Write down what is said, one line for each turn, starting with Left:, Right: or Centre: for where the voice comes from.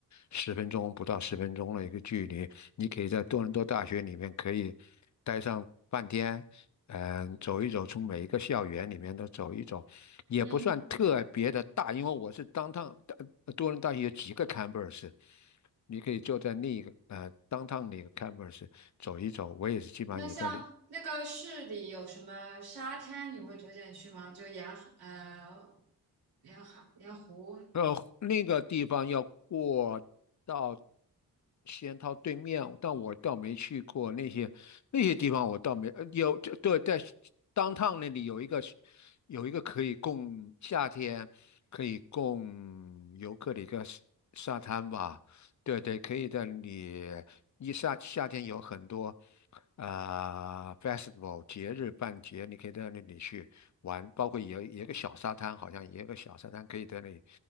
Left: 十分钟不到十分钟的一个距离，你可以在多伦多大学里面可以待上半天，嗯、走一走，从每一个校园里面都走一走，也不算特别的大，
Right: 嗯，
Left: 因为我是当趟多伦多大学有几个 campus。你可以就在那一个呃 downtown 那个 campus 走一走，我也是基本上也在那
Right: 那像那个市里有什么沙滩，你会推荐去吗？就沿海呃沿海沿湖。
Left: 呃，那个地方要过到仙桃对面，但我倒没去过那些那些地方，我倒没呃有就对，在当 o 那里有一个有一个可以供夏天可以供游客的一个沙沙滩吧，对对，可以在那里一夏夏天有很多。啊、festival 节日办节，你可以到那里去玩，包括也也有个小沙滩，好像也有个小沙滩可以在那里